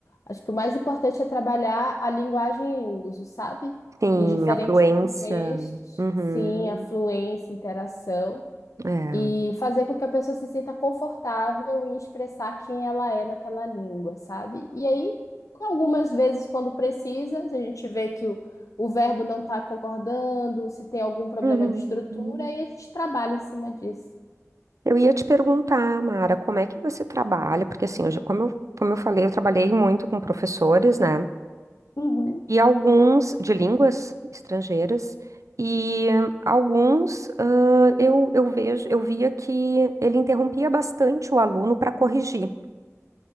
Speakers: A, on the left (about 85°); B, on the right (about 70°).
A: Acho que o mais importante é trabalhar a linguagem em uso, sabe?
B: Sim,
A: Em diferentes
B: a fluência.
A: contextos.
B: Uhum.
A: Sim, a fluência, interação
B: É.
A: e fazer com que a pessoa se sinta confortável em expressar quem ela é naquela língua, sabe? E aí, algumas vezes, quando precisa, se a gente vê que o, o verbo não está concordando, se tem algum problema
B: Uhum.
A: de estrutura, aí a gente trabalha em cima disso.
B: Eu ia te perguntar, Mara, como é que você trabalha? Porque assim, eu já- como eu, como eu falei, eu trabalhei muito com professores, né?
A: Uhum.
B: e alguns de línguas estrangeiras e hum, alguns ah, eu, eu vejo eu via que ele interrompia bastante o aluno para corrigir,